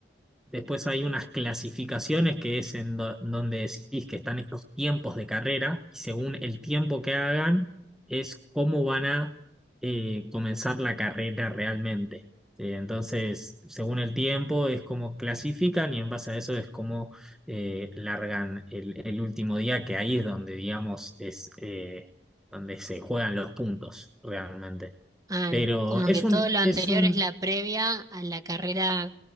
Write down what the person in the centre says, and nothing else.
Después hay unas clasificaciones que es en do- donde decís que están estos tiempos de carrera y según el tiempo que hagan es cómo van a eh, comenzar la carrera realmente. Eh, entonces, según el tiempo es como clasifican y en base a eso es como eh, largan el, el último día, que ahí es donde, digamos, es eh, donde se juegan los puntos realmente.
Pero
es
un,
es un